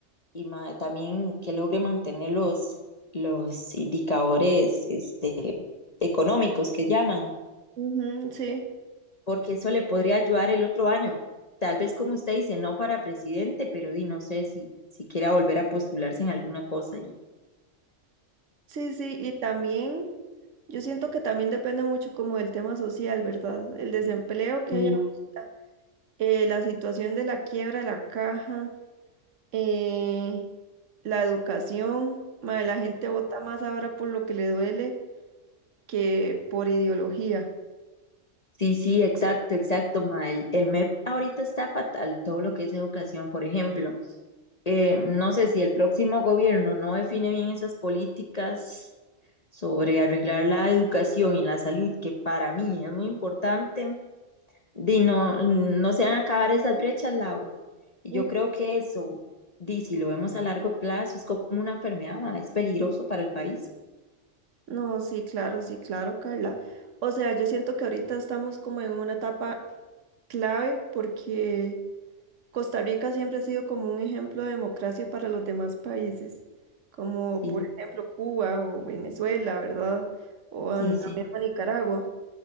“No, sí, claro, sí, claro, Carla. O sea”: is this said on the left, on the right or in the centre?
Right